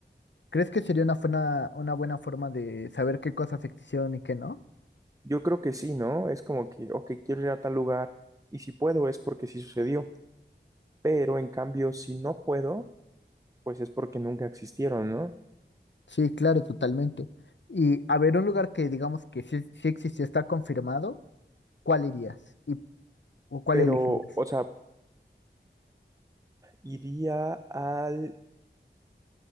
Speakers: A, on the left; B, on the right.
A: ¿Crees que sería una buena, una buena forma de saber qué cosas existieron y qué no?
B: Yo creo que sí, ¿no? Es como que, ok, quiero ir a tal lugar y si puedo es porque sí sucedió, pero en cambio, si no puedo, pues es porque nunca existieron, ¿no?
A: Sí, claro, totalmente. Y a ver, un lugar que digamos que sí, sí existió, está confirmado, ¿cuál irías? ¿Y o cuál
B: Pero,
A: elegirías?
B: o sea, iría al...